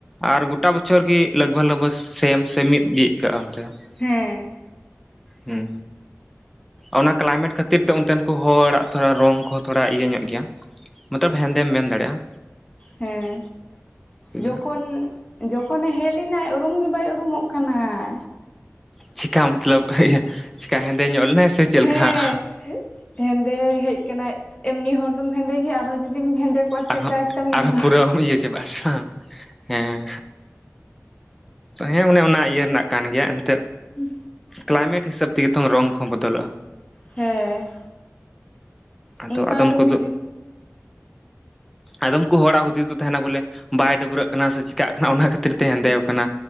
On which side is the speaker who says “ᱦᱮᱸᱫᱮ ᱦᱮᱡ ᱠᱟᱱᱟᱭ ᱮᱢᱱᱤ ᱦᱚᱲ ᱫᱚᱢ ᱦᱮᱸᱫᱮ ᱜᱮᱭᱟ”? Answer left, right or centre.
Left